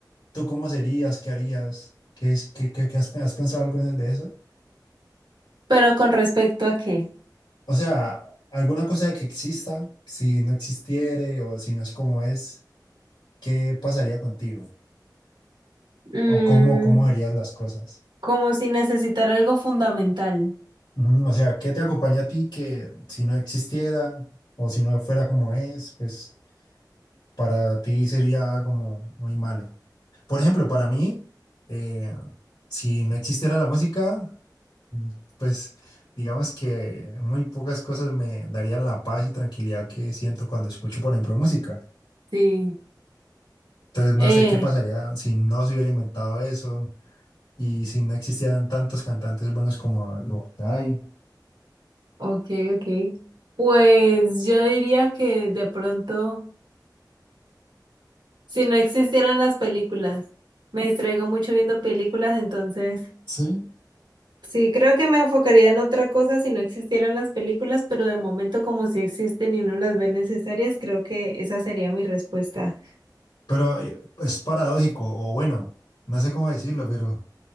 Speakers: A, on the left; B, on the right.
A: tú cómo serías, qué harías, qué, es- qué, qué- qué has, has pensado algo de eso?
B: Pero con respecto a qué?
A: O sea, alguna cosa que exista, si no existiere o si no es como es, ¿qué pasaría contigo?
B: Mm,
A: ¿O cómo, cómo verías las cosas?
B: como si necesitar algo fundamental.
A: Ujú, O sea, ¿qué te acompaña a ti que si no existiera o si no fuera como es, pues para ti sería como muy malo? Por ejemplo, para mí, eh, si no existiera la música, mm, pues digamos que muy pocas cosas me darían la paz y tranquilidad que siento cuando escucho, por ejemplo, música.
B: Sí,
A: Entonces no
B: eh,
A: sé qué pasaría si no se hubiera inventado eso y si no existieran tantos cantantes buenos como los hay.
B: ok, ok. Pues yo diría que de pronto, si no existieran las películas, me distraigo mucho viendo películas, entonces
A: Sí.
B: sí, creo que me enfocaría en otra cosa si no existieran las películas, pero de momento como si existen y no las ve necesarias, creo que esa sería mi respuesta.
A: Pero eh, es paradójico, o bueno, no sé cómo decirlo, pero